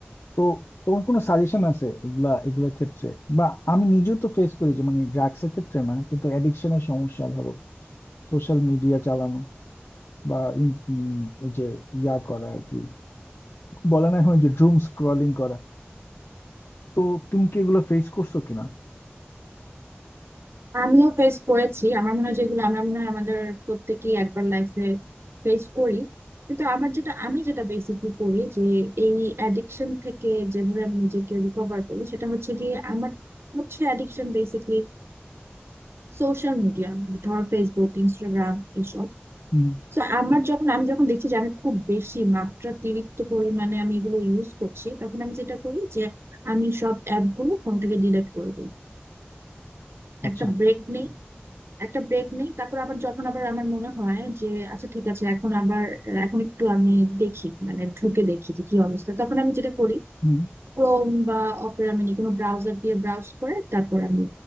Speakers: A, on the left; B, on the right.
A: তো তোমার কোনো সাজেশন আছে এগুলা এগুলোর ক্ষেত্রে বা আমি নিজেও তো ফেস করি যে মানে ড্রাগসের ক্ষেত্রে না কিন্তু অ্যাডিকশনের সমস্যা ধরো সোশ্যাল মিডিয়া চালানো বা ইন উম ওই যে ইয়া করা আর কি বলে না হয় যে ড্রুম স্ক্রলিং করা তো তুমি কি এগুলো ফেস করছো কিনা
B: আমিও ফেস করেছি আমার মনে হয় যেগুলো আমরা মনে হয় আমাদের প্রত্যেকেই একবার লাইফে ফেস করি কিন্তু আমার যেটা আমি যেটা বেসিকলি করি যে এই অ্যাডিকশন থেকে যেভাবে আমি নিজেকে রিকভার করি সেটা হচ্ছে গিয়ে আমার হচ্ছে অ্যাডিকশন বেসিকলি সোশ্যাল মিডিয়া ধর ফেসবুক ইনস্টাগ্রাম এসব
A: হুম,
B: তো আমার যখন আমি যখন দেখছি যে আমি খুব বেশি মাত্রাতিরিক্ত পরিমাণে আমি এগুলো ইউজ করছি তখন আমি যেটা করি যে আমি সব অ্যাপগুলো ফোন থেকে ডিলিট করে দিই
A: আচ্ছা
B: একটা ব্রেক নেই একটা ব্রেক নেই তারপর আবার যখন আবার আমার মনে হয় যে আচ্ছা ঠিক আছে এখন আবার এখন একটু আমি দেখি মানে ঢুকে দেখি যে কি অবস্থা তখন আমি যেটা করি
A: হুম
B: ক্রোম বা অপেরা মিনি কোনো ব্রাউজার দিয়ে ব্রাউজ করে তারপর আমি